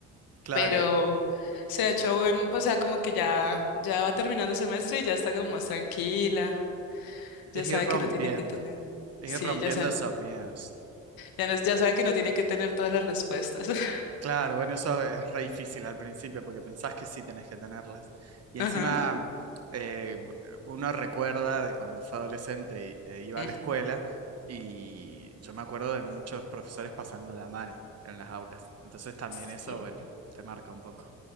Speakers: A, on the right; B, on the left.
A: claro,
B: Pero se ha hecho bueno, o sea, como que ya, ya va terminando semestre y ya está como más tranquila. Ya
A: es
B: sabe
A: ir rompiendo,
B: que no tiene que tener.
A: es
B: Sí,
A: ir rompiendo
B: ya sabe.
A: esos miedos.
B: Ya, no- ya sabe que no tiene que tener todas las respuestas. <laughs>
A: Claro, bueno, eso es re difícil al principio porque pensás que sí tenés que tenerlas. Y
B: Ajá.
A: encima eh, uno recuerda de cuando fue adolescente y, e iba
B: Mm,
A: a la escuela y yo me acuerdo de muchos profesores pasándola mal en las aulas. Entonces también
B: Sí.
A: eso, bueno, te marca un poco.